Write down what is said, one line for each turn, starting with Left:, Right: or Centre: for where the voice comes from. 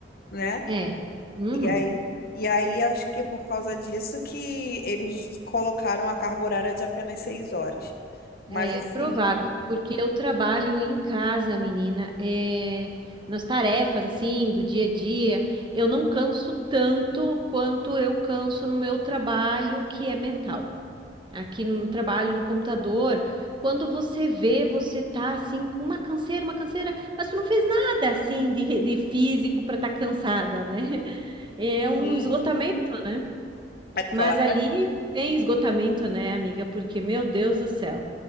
Left: né?
Right: É. Uhum.
Left: E aí, e aí acho que é por causa disso que eles colocaram a carga horária de apenas seis horas. Mas
Right: É
Left: assim,
Right: provável, porque eu trabalho em casa, menina, é, nas tarefas, assim, do dia a dia, eu não canso tanto quanto eu canso no meu trabalho, que é mental. Aqui no trabalho, no computador, quando você vê, você tá, assim, com uma canseira, uma canseira, mas tu não fez nada, assim, de, de físico para estar tá cansada, né? <laughs> É um
Left: e-
Right: esgotamento, né
Left: é claro.
Right: Mas ali não tem esgotamento, né, amiga? Porque, meu Deus do céu,